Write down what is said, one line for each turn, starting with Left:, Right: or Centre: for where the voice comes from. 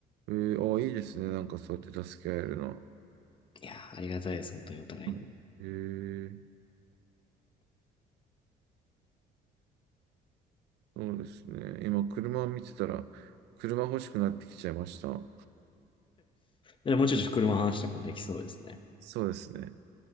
Right: えー、あ、いいですね。なんかそうやって助け合えるのは。
Left: いやー、ありがたいです。本当にお互いに。
Right: はいえーそうですね。今、車を見てたら、車欲しくなってきちゃいました。
Left: でもうちょっと車の話とかもできそうですね。
Right: そうですね。